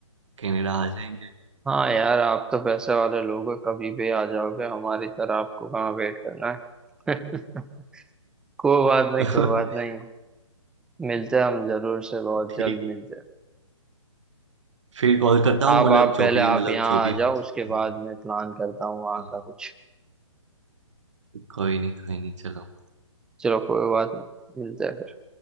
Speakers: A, on the right (about 65°); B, in the centre.
A: कनाडा आ जाएंगे
B: हाँ यार आप तो पैसे वाले लोग हो कभी भी आ जाओगे हमारी तरह आपको कहाँ वेट करना है <laughs> कोई बात नहीं
A: <laughs>
B: कोई बात नहीं मिलते हैं हम जरूर से बहुत
A: ठीक
B: जल्द मिलते हैं
A: फिर कॉल करता हूँ
B: आप
A: मतलब
B: आप पहले
A: जो भी
B: आप
A: मतलब
B: यहाँ
A: जो भी
B: आ जाओ
A: फिक्स
B: उसके
A: होता
B: बाद
A: है
B: मैं प्लान करता हूँ वहाँ
A: हाँ,
B: का कुछ
A: कोई नहीं कोई नहीं चलो
B: चलो कोई बात नहीं मिलते हैं फिर